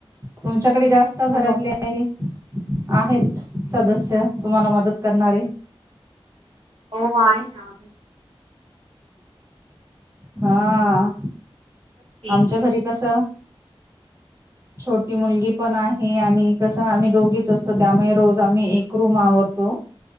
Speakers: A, on the right; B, on the right.
A: तुमच्याकडे जास्त घरातले
B: हो
A: आहे आहेत सदस्य तुम्हाला मदत करणारे
B: हो आहे ना
A: हा
B: <unintelligible>
A: आमच्या घरी कस छोटी मुलगी पण आहे आणि कसं आम्ही दोघीच असतो त्यामुळे रोज आम्ही एक रूम आवरतो